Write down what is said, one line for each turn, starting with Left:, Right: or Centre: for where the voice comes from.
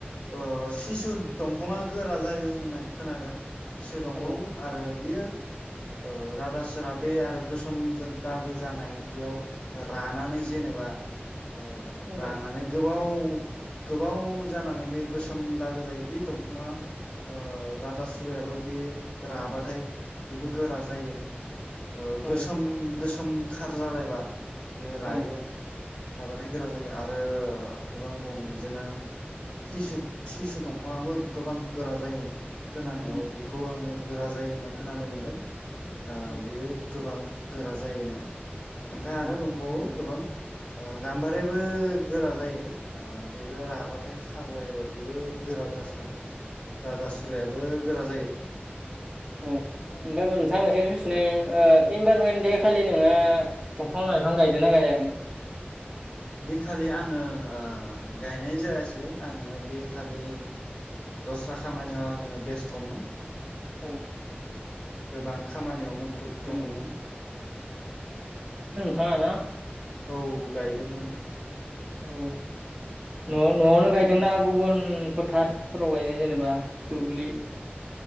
Left: अ सिशु दंफाङा गोरा जायो होननाय खोनादों सिसु दंफां
Right: औ
Left: आरो बियो। ओ रादा सोरा बे आरो गोसोम दागो जानाय बेयाव रानानै जेनेबा ओ
Right: औ
Left: रानानै गोबाव उम। गोबाव जानानै बे गोसोम दागो जायो बे दंफाङा आ राधास खुरायाबो बे राबाथाय। बेबो गोरा जायो ओ
Right: औ
Left: गोसोम गोसोम। खार जालायबा बे रायो
Right: औ
Left: राबाथाय गोरा जायो आरो ओ गोबां दं बिदिनो सिसु सिसु दं। फाङाबो गोबां गोरा जायो। खोनानायाव
Right: उम
Left: बेखौ आङो गोरा जायो होननाय खोनानो मोन्दों। ओ
Right: औ
Left: बेयो गोबां। गोरा जायोना। ओमफाय आरो
Right: औ
Left: दं। गोबां। अ गाम्बारियाबो गोरा जायो ओ बेबो राबाथाय खार जायोबा बेबो गोरा जासाबो राधा सुरायाबो गोरा जायो <inaudible>
Right: औ ओमफ्राय मोनथा मोनसेखौ सुसिनाय आ इनभाररमेन्ट दे खालि नोङो दंफां लाइफां गायदों ना गायाखै।
Left: बे खालि आङो ओ गायनाय जायासै आङो बे खालि दस्रा खामानियाव आङो बेस्थ'मोन।
Right: औ
Left: गोबां खामानियाव मुखुद दङमोन।
Right: उम थाङाना।
Left: औ गायदोंमोन
Right: आ। औ न न'आवनो गायदोंना गुबुन फोथारफोराव गायदों जेनेबा दुब्लि।